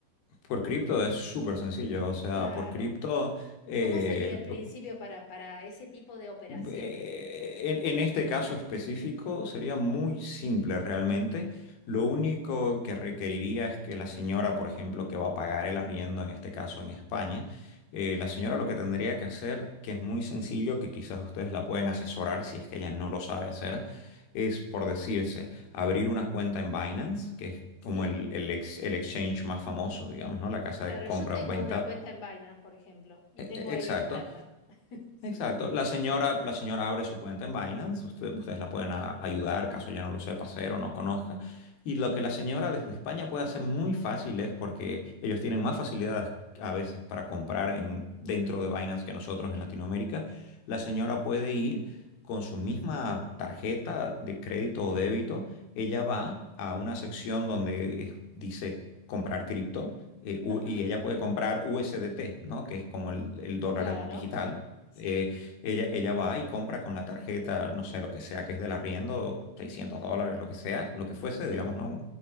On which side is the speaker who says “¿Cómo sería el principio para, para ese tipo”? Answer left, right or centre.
Left